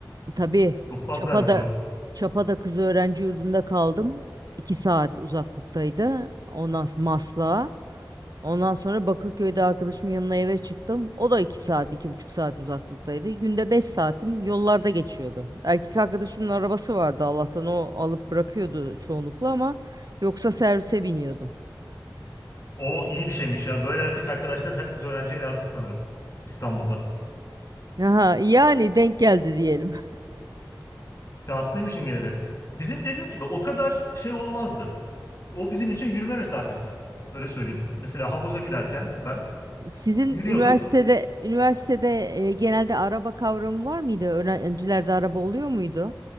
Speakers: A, on the right; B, on the left.
A: Tabii
B: çok fazlaymış
A: Çapa'da
B: o.
A: Çapa'da kız öğrenci yurdunda kaldım. İki saat uzaklıktaydı. Ondan sonra Maslak'a. Ondan sonra Bakırköy'de arkadaşımın yanına eve çıktım. O da iki saat, iki buçuk saat uzaklıktaydı. Günde beş saatim yollarda geçiyordu. Erkek arkadaşımın arabası vardı Allah'tan o alıp bırakıyordu çoğunlukla ama yoksa servise biniyordum.
B: O iyi bir şeymiş ya. Böyle erkek arkadaşlar her kız öğrenciye lazım sanırım İstanbul'da.
A: Aha, yani denk geldi diyelim.
B: Şanslıymışın gene de. Bizim dediğim gibi o kadar şey olmazdı. O bizim için yürüme mesafesi. Öyle söyleyeyim. Mesela havuza giderken ben
A: Sizin
B: yürüyordum.
A: üniversitede üniversitede e, genelde araba kavramı var mıydı? Öğrencilerde araba oluyor muydu?